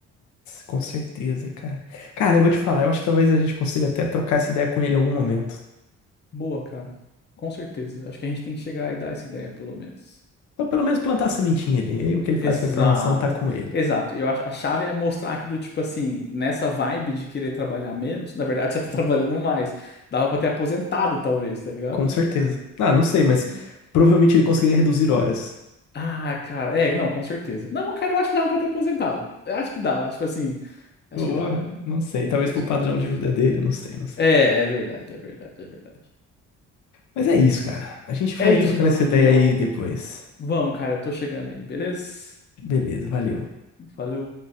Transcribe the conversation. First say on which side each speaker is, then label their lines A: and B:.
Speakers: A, on the left; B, on the left.
A: Com certeza, cara. Cara, eu vou te falar, eu acho que talvez a gente consiga até trocar essa ideia com ele em algum momento.
B: Boa, cara. Com certeza. Acho que a gente tem que chegar e dar essa ideia, pelo menos.
A: Ou pelo menos plantar a sementinha ali. E Aí o que ele
B: Exato,
A: faz com a informação tá com ele.
B: exato. E eu acho a chave é mostrar que do tipo assim, nessa vibe de querer trabalhar menos, na verdade você tá <laughs> trabalhando mais. Dava pra ter aposentado, talvez, tá ligado?
A: Com certeza. Ah, não sei, mas
B: Com-
A: provavelmente ele conseguiria reduzir horas.
B: Ah, cara, é, não, com certeza. Não, cara, eu acho que dava pra ter aposentado. Eu acho que dava, tipo assim, acho
A: Porra,
B: que dava, mano.
A: não sei. Talvez
B: Eu
A: pro
B: Acho
A: padrão
B: que dava.
A: de vida dele, não sei, não sei.
B: É, é verdade, é verdade, é verdade.
A: Mas é isso, cara. A gente vai
B: É isso,
A: trocando
B: meu
A: essa
B: amiguinho.
A: ideia
B: Eu-
A: aí depois.
B: Vamos, cara, eu tô chegando aí, beleza?
A: Beleza, valeu.
B: Valeu.